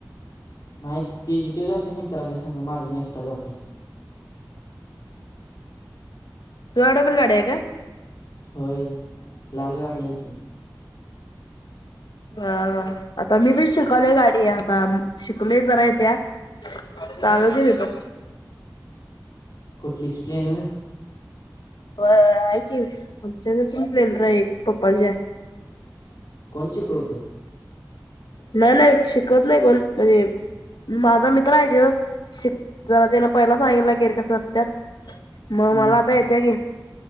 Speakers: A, on the left (about 55°); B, on the left (about 80°).
A: नाही ते जी ते जाते मित्रांच्या संघी माझे मी एकटा जाते
B: तू डोबर गाड आहे का
A: होय लालगाडी आहे की
B: हा आता मी पण शिकवलोय गाडी आता श तुलाही जरा येत्या चालू दे मी पण
A: कुठली स्प्लेंडर
B: आहे की आमच्या ज संचलेलं र एक पप्पा जे आहे
A: हो कोण शिकवते
B: नाही नाही शिकवत नाही कोण म्हणजे माझा मित्र आहे तेव शिक जला त्याना पहिला सांगन ला गेर कस असत मग
A: हा
B: मला आता येत्या गे